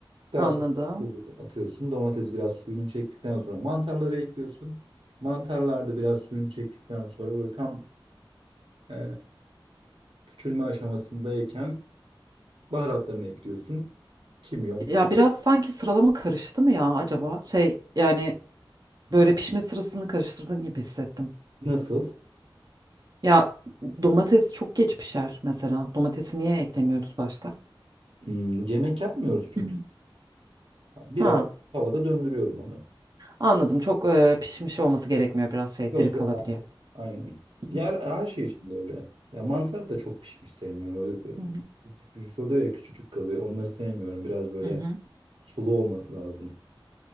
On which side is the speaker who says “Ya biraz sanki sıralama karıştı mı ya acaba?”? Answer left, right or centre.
Right